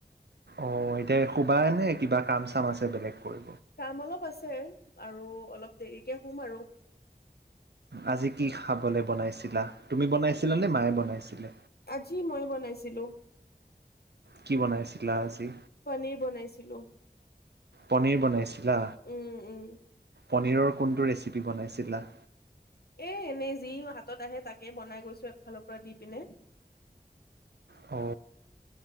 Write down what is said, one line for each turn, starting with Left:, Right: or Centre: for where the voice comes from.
Right: অ এতিয়া শুবানে কিবা কাম চাম আছে বেলেগ কৰি
Left: কাম অলপ আছে আৰু অলপ দেৰিকে শুম আৰু।
Right: আজি কি খাবলে বনাইছিলা, তুমি বনাইছিলা নে মায়ে বনাইছিলে?
Left: আজি মই বনাইছিলোঁ।
Right: কি বনাইছিলা আজি?
Left: পনীৰ বনাইছিলোঁ।
Right: পনীৰ বনাইছিলা
Left: উম উম
Right: পনীৰৰ কোনটো ৰেচিপি বনাইছিলা?
Left: এ এনেই যি হাতত আহে তাকে বনাই গৈছো একফালৰ পৰা দি পিনে।
Right: অ